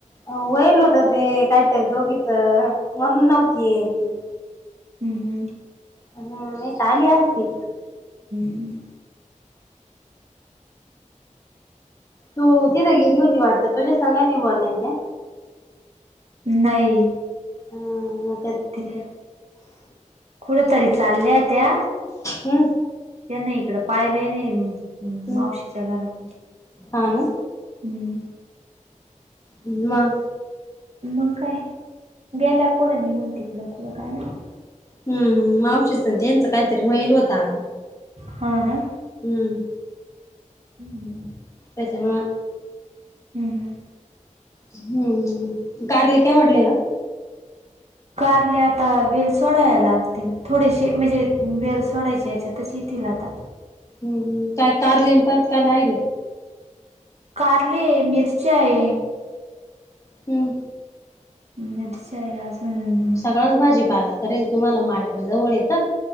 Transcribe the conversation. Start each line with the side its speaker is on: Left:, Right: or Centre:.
Left: व्हयेल होत ते काहीतरी दोघीच म्हणून नव्हती येयेल ती.
Right: हम्म. हम्म.
Left: हं. नाही त आली असती.
Right: हम्म.
Left: हो. तू तिथं गेली होती वाटत? तुझ्या संगही नाही बोलल्या ना त्या?
Right: नाही.
Left: हं.
Right: तिकडे, कुठ तरी चालल्या त्या.
Left: हम्म
Right: त्यांनी इकडं पाहिलं ही नाही
Left: हम्म
Right: मावशीच्या घराकडं.
Left: हा ना
Right: हम्म.
Left: हं म?
Right: म काय? गेल्या पुढं निघून तिकडं कुडं काय माहीत?
Left: हम्. मावशीच अन त्यांचं काहीतरी व्हयेल होत अग.
Right: हां का?
Left: हम्म.
Right: हम्.
Left: त्याच्यामुळं.
Right: हम्. हम्.
Left: हम्. कारले <unintelligible> वाढले का?
Right: कारले आता वेल सोडायला लागतील. थोडेसे म्हणजे वेल सोडायचे याच्यात- येतील आता.
Left: हं. हं. काय कारले न परत काय लावेल ए?
Right: कारले ए. मिरच्या ए.
Left: हं.
Right: मिरच्या ए अज - हम्.
Left: सगळाच भाजीपाला करेल. तुम्हाला मार्केट जवळ येतं.